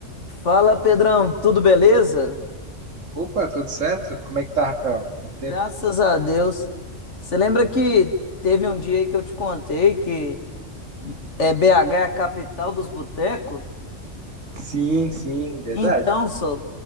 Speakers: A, on the left (about 65°); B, on the right (about 80°).
A: Fala, Pedrão, tudo beleza?
B: Opa, tudo certo? Como é que tá, Rafael? Quanto tempo?
A: Graças a Deus. Você lembra que teve um dia aí que eu te contei que é BH é a capital dos botecos?
B: Sim, sim, verdade.
A: Então, só